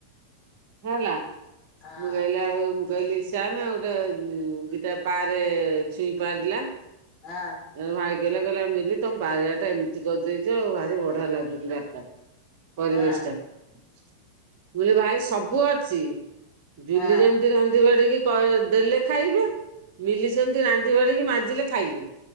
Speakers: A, on the right (about 45°); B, on the left (about 25°).
A: ହ ନା।
B: ହଁ
A: ମୁଁ କହିଲି ଆଉ ମୁଁ କହିଲି ଶ୍ୟାମ ଆଉ ଗୋଟେ ଦିଟା ପାରେ ଛୁଇଁ ପାରିଲା।
B: ଆ
A: ଭାଇକହିଲା ମିଲି ତମ ବାରିଆ ଟା ଏମିତି କରିଦେଇଛ ଆଉ ଭାରି ବଢିଆ ଲାଗୁଛି ରା ତା। ପରିବେଶ
B: ହଁ
A: ଟା ମୁ କହିଲି ଭାଇ ସବୁ ଅଛି। ଜୁଲି
B: ହଁ
A: ଯେମିତି ରାନ୍ଧି ବାଡିକି କ ଦେଲେ ଖାଇବେ ମିଲି ସେମିତି ରାନ୍ଧି ବାଡିକି ମାଜିଲେ ଖାଇଲେ